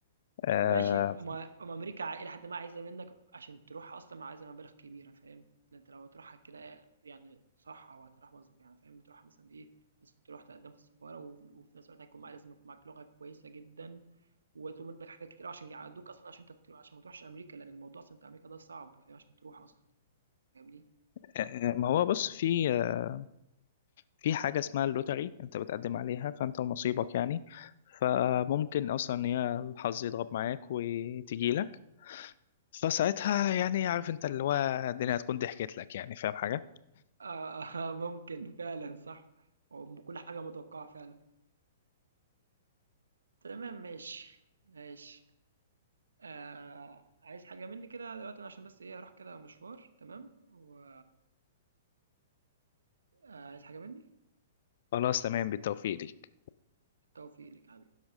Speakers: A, on the left; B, on the right.
A: آه
B: ماشي ما ما أمريكا إلى حدٍ ما عايزة منّك عشان تروحها أصلًا عايزة مبالغ كبيرة فاهم، ده أنت لو هتروحها كده يعني صح أو هتروح مض يعني فاهم تروحها مثلًا إيه، بس تروح تقدّم في السفارة وف وفي نفس الوقت هيكون معاك لازم يكون معاك لغة كويسة جدًا، وهيطلبوا منّك حاجات كتير أوي عشان يعدّوك أصلًا عشان أنت ت عشان ما تروحش أمريكا، لأن الموضوع أصلًا بتاع أمريكا ده صعب فاهم عشان تروح أصلًا فاهمني؟
A: آه، آه، ما هو بص في آه، في حاجه اسمها اللوتري انت بتقدم عليها فانت ونصيبك يعني فممكن اصلا ان هي الحظ يضرب معاك وتجي لك فساعتها يعني عارف انت اللي هو الدنيا هتكون ضحكت لك يعني فاهم حاجه
B: آه، آه آه، ممكن فعلًا صح، وم كل حاجة متوقعة فعلًا. تمام ماشي، ماشي. آه عايز حاجة مني كده دلوقتي أنا عشان بس إيه هروح كده مشوار تمام و آه، عايز حاجة مني؟
A: خلاص تمام بالتوفيق ليك
B: التوفيق لك يا حبيبي.